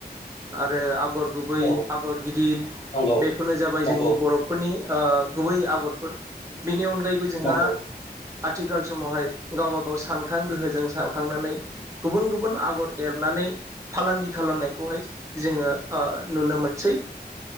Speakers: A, on the right; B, on the left.
A: आरो आगर गुबै
B: औ
A: आगर गिदिर
B: नंगौ
A: बेफोरनो जाबाय
B: नंगौ
A: जोंनि बर'फोरनि ओ गुबै आगरफोर बेनि अनगायैबो जोंहा
B: नंगौ
A: आथिखाल समावहाय गावबा गाव सानखां गोहोजों सानखांनानै गुबुन गुबुन आगर एरनानै फालांगि खालामनायखौहाय जोङो ओ नुनो मोनसै